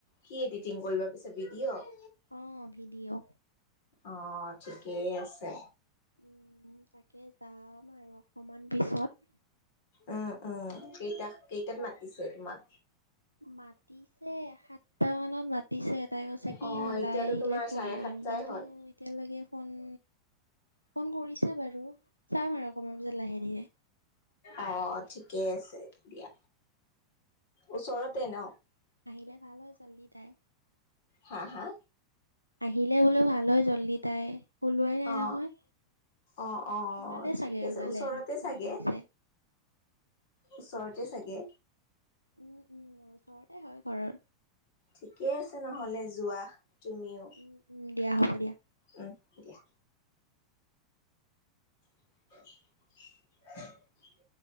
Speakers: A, on the left; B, on the left.
A: কি এডিটিং কৰিবা পিছে ভিডিঅ'।
B: অ ভিডিঅ'।
A: অঁ ঠিকেই আছে।
B: উম তাকে যাম আৰু অকমান পিছত।
A: উম উম কেইটা কেইটাত মাতিছে তোমাক।
B: মাতিছে সাত। টা মানত মাতিছে তাই কৈছে কি
A: অ
B: ওলাই
A: এতিয়াতো
B: আহিলে
A: তোমাৰ
B: ফোন
A: চাৰে
B: কৰিম
A: সাতটাই
B: কিন্তু
A: হ'ল
B: এতিয়ালৈকে। ফোন ফোন কৰিছে বাৰু যাম আৰু অকণমান পিছত লাহে ধীৰে।
A: অঁ ঠিকে আছে দিয়া ওচৰতে
B: সেইটো
A: ন।
B: আহিলে ভাল হয় জল্দি তাই।
A: হা হা।
B: আহিলে বোলো ভাল হয় জল্দি তাই, ওলোৱাই নাই
A: অ
B: নহয়।
A: অ', অ'
B: ওলালে
A: ঠিকে
B: চাগে
A: আছে,
B: ওলালে
A: ওচৰতে
B: মোক ফোন
A: চাগে।
B: কৰিছে
A: ওচৰতে চাগে।
B: উম, উম, ওচৰতে হয় ঘৰৰ।
A: ঠিকেই আছে নহ'লে যোৱা তুমিও।
B: উম, উম, দিয়া হ'ব দিয়া।
A: উম, দিয়া। <inaudible>